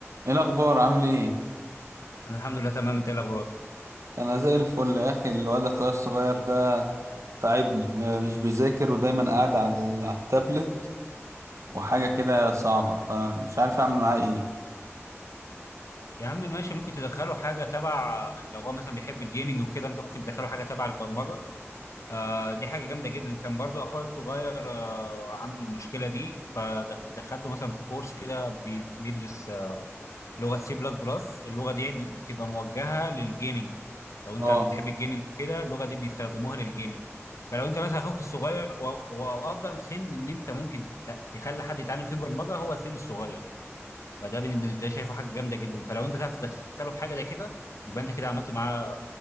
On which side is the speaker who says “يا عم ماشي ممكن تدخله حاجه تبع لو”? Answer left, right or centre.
Left